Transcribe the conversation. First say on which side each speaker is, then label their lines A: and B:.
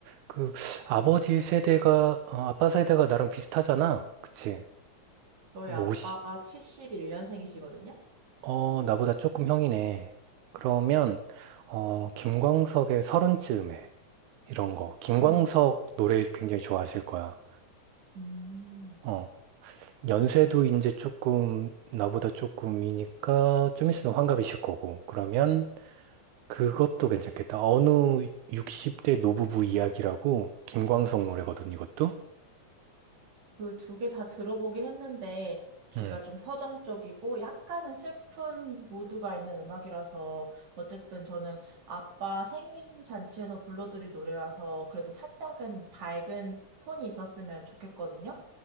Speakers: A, on the right; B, on the right.
A: 그 아버지 세대가 어, 아빠 세대가 나랑 비슷하잖아. 그치?
B: 저희
A: 50,
B: 아빠가 71년생이시거든요.
A: 어, 나보다 조금 형이네. 그러면 어, 김광석의 서른쯤에 이런 거.
B: 서른쯤.
A: 김광석 노래 굉장히 좋아하실 거야.
B: 음.
A: 어, 연세도 이제 조금 나보다 조금 이니까 좀 있으면 환갑이실 거고. 그러면 그것도 괜찮겠다. 어느 60대 노부부 이야기라고 김광석 노래거든, 이것도.
B: 그 두 개 다 들어보긴 했는데 둘
A: 음.
B: 다 좀 서정적이고 약간은 슬픈 모드가 있는 음악이라서 어쨌든 저는 아빠 생일 잔치에서 불러드릴 노래라서 그래도 살짝은 밝은 톤이 있었으면 좋겠거든요.